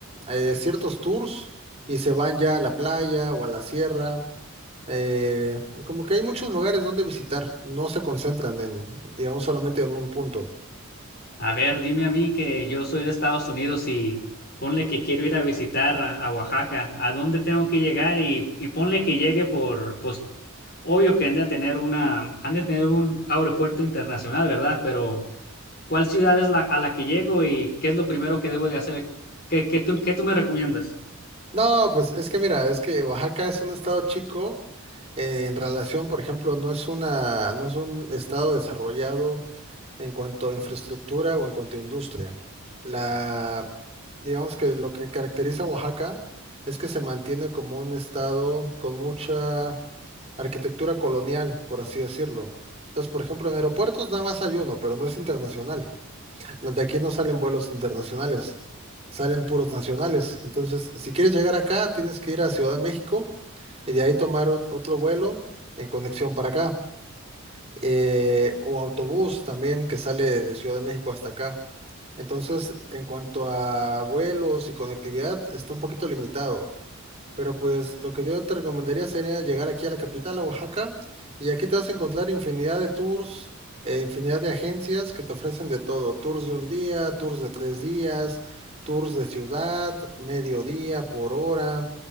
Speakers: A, on the right; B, on the left.
A: eh, ciertos tours y se van ya a la playa o a la sierra. eh, como que hay muchos lugares donde visitar, no se concentran en, digamos, solamente en un punto.
B: A ver, dime a mí que yo soy de Estados Unidos y ponle que quiero ir a visitar a, a Oaxaca. ¿A dónde tengo que llegar? Y, y ponle que llegue por, pues, obvio que han de tener una, han de tener un aeropuerto internacional, ¿verdad? Pero, ¿cuál ciudad es la, a la que llego y qué es lo primero que debo de hacer? ¿Qué, qué tú, qué tú me recomiendas?
A: No, pues es que mira, es que Oaxaca es un estado chico eh, en relación, por ejemplo, no es una, no es un estado desarrollado en cuanto a infraestructura o en cuanto a industria. La, digamos que lo que caracteriza a Oaxaca es que se mantiene como un estado con mucha arquitectura colonial, por así decirlo. Entonces, por ejemplo, en aeropuertos nada más hay uno, pero no es internacional. Los de aquí no salen vuelos internacionales, salen puros nacionales. Entonces, si quieres llegar acá, tienes que ir a Ciudad de México y de ahí tomar ot- otro vuelo en conexión para acá. eh, o autobús también que sale de Ciudad de México hasta acá. Entonces, en cuanto a vuelos y conectividad, está un poquito limitado. Pero pues lo que yo te recomendaría sería llegar aquí a la capital, a Oaxaca, y aquí te vas a encontrar infinidad de tours, eh, infinidad de agencias que te ofrecen de todo, tours de un día, tours de tres días, tours de ciudad, mediodía, por hora,